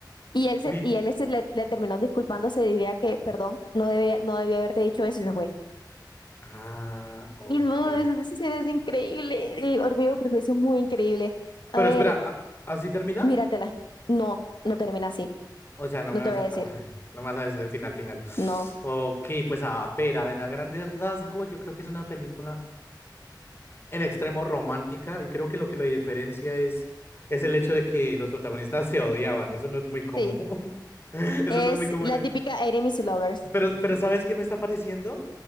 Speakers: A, on the left; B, on the left.
A: Y él, se,
B: Uy.
A: y él se le, le terminó disculpando, se diría que, perdón, no debía, no debía haberte dicho eso y se fue.
B: Ah, ok.
A: Y no, es, es, es- es increíble. Y Orgullo y Prejuicio es muy increíble. A
B: Pero
A: ver,
B: espera, ¿a- ¿así termina?
A: míratela. No, no termina así.
B: O sea, no
A: No
B: me
A: te
B: vas
A: voy
B: a.
A: a decir.
B: ay, no me vas a decir el final, final.
A: No.
B: Ok, pues a ver, a ver, a grandes rasgos, yo creo que es una película en extremo romántica. Y creo que lo que lo diferencia es, es el hecho de que los protagonistas se odiaban. Eso no es muy común.
A: Sí.
B: <laughs> Eso
A: Es
B: no es muy común.
A: la típica Enemies to Lovers.
B: Pero, pero ¿sabes qué me está pareciendo?